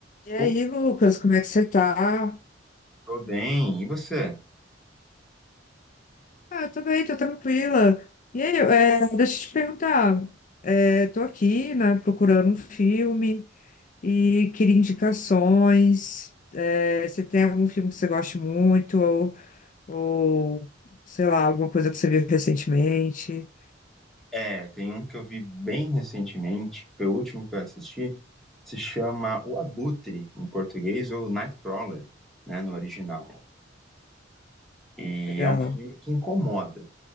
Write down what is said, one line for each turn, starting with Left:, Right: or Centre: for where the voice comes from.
Left: E aí,
Centre: Pô,
Left: Lucas, como é que você tá?
Centre: Tô bem, e você?
Left: Ah, eu tô bem, tô tranquila. E aí, é, deixa eu te perguntar. É, tô aqui, né, procurando um filme e queria indicações. É, você tem algum filme que você goste muito ou, ou, sei lá, alguma coisa que você viu recentemente?
Centre: É, tem um que eu vi bem recentemente, foi o último que eu assisti, se chama O Abutre, em português, ou Nightcrawler, né, no original. E
Left: Legal.
Centre: é um filme que incomoda,